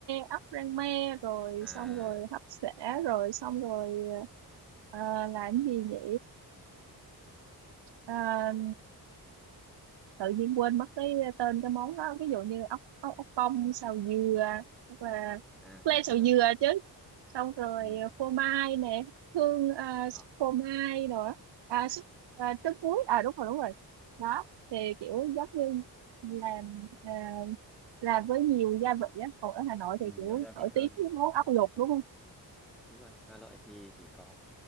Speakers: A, on the right; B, in the centre.
A: ốc rang me rồi
B: À,
A: xong rồi hấp xả rồi xong rồi ờ, làm gì nhỉ uh, tự nhiên quên mất cái tên cái món đó ví dụ như ốc ốc ốc
B: ừ.
A: bông xào dừa hoặc là
B: à
A: ốc
B: xào
A: len
B: dừa.
A: xào dừa chứ xong rồi
B: Ừ.
A: ờ, phô mai nè hương à, súp
B: Ờ.
A: phô mai nữa à, súp à, trứng muối à đúng rồi đúng rồi đó thì kiểu giống như làm à, làm với nhiều gia vị á còn ở Hà Nội
B: Ừ,
A: thì
B: nhiều
A: kiểu
B: gia vị
A: nổi
B: hơn.
A: tiếng với món ốc luộc đúng không
B: Đúng rồi, Hà Nội thì chỉ có